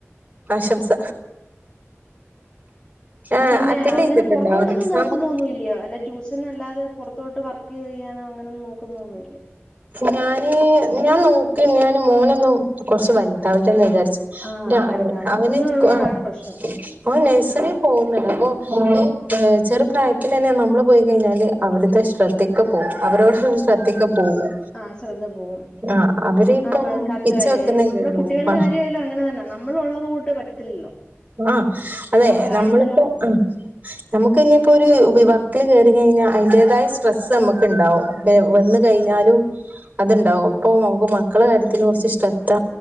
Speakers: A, on the right (about 30°); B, on the left (about 20°).
A: ആശംസ ആ
B: പിന്നെ
A: അറ്റൻഡ്
B: അങ്ങനെ
A: ചെയ്തിട്ടുണ്ടോ
B: പുറത്തോട്ടൊന്നും
A: എക്സാം
B: നോക്കുന്നോന്നും ഇല്ല്യോ വല്ല ട്യൂ ഷനല്ലാതെ പുറത്തോട്ട് വർക്ക് ചെയ്യാനോ അങ്ങനൊന്നും നോക്കുന്നൊന്നില്ലേ
A: ഞാന് ഞാൻ നോക്ക്ണ്ട് ഞാൻ മോനൊന്ന് കൊറച്ച് വല്താവട്ടെന്ന് വിചാരി
B: ആഹ്
A: ന്റ
B: വലുതാ
A: അവന്
B: കുഞ്ഞുങ്ങളുള്ളോണ്ടാണ്
A: ആ
B: പ്രശ്നം
A: അവൻ നേഴ്സറി പോവ്ന്ന്ണ്ട് ചെറു പ്രായത്തിതന്നെ നമ്മള് പോയി കഴിഞ്ഞാൽ അവര്ടെ ശ്രദ്ധക്കെ പോവും അവരോട് <unintelligible> ശ്രദ്ധിക്കും പോവും
B: ആഹ് ശ്രദ്ധ പോവും
A: ആ അവരിപ്പം
B: ആന്ന് അത് കറക്റ്റ്
A: പിച്ച
B: കാര്യ
A: വെക്കുന്നല്ലേള്ളൂ
B: ഇവിടെ കുട്ടികളുടെ
A: ആ
B: കാര്യമായാലും അങ്ങനെ തന്നെ നമ്മൾ ഉള്ളത് കൂട്ട് പറ്റത്തില്ലല്ലോ
A: ആ അതെ
B: അവരുടെ കാര്യങ്ങളെല്ലാം
A: നമ്മളിപ്പോ ആ നമുക്ക് ഇനിപ്പോരു വിവ ട്ടില് കയറി കിഞ്ഞ അതിന്റോതായ സ്ട്രെസ് നമ്മ ക്ക്ണ്ടാവും <unintelligible> വന്ന് കഴിഞ്ഞാലും
B: ആഹ്
A: അത്ണ്ടാവും ഇപ്പൊ നമുക്ക് മക്കളെ കാര്യത്തിൽ കൊറച്ച് ശ്രദ്ധ